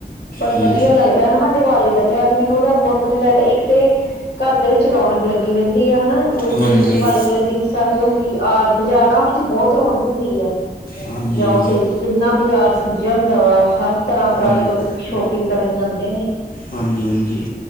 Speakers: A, on the left (about 80°); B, on the left (about 60°).
A: ਪਰ
B: ਹਾਂਜੀ
A: ਵਧੀਆ ਲੱਗਦਾ ਹਨਾ ਦੀਵਾਲੀ ਦਾ ਤਿਉਹਾਰ ਮੈਨੂੰ ਉਹ ਤਾਂ ਬਹੁਤ ਵਧੀਆ ਲੱਗਦਾ ਇੱਕ ਤੇ। ਘਰ ਦੇ ਵਿੱਚ ਰੌਣਕ ਲੱਗੀ ਰਹਿੰਦੀ ਆ ਹਨਾ ਉਸਦੀ
B: ਹਾਂਜੀ
A: ਦੀਵਾਲੀ ਵਾਲੇ ਦਿਨ। ਸਾਰੇ ਲੋਕੀ ਆ ਬਾਜ਼ਾਰਾਂ ਵਿੱਚ ਬਹੁਤ ਰੌਣਕ ਹੁੰਦੀ ਆ
B: ਹਾਂਜੀ
A: ਜਾਓ
B: ਹਾਂਜੀ
A: ਤੇ। ਕਿੰਨਾ ਬਾਜ਼ਾਰ ਸਜ਼ਿਆ ਹੁੰਦਾ ਵਾ ਹਰ ਤਰ੍ਹਾਂ ਤਰ੍ਹਾਂ
B: ਹਾਂਜੀ
A: ਦੇ ਲੋਕ ਸ਼ੋਪਿੰਗ ਕਰਨ ਜਾਂਦੇ ਨੇ।
B: ਹਾਂਜੀ ਹਾਂਜੀ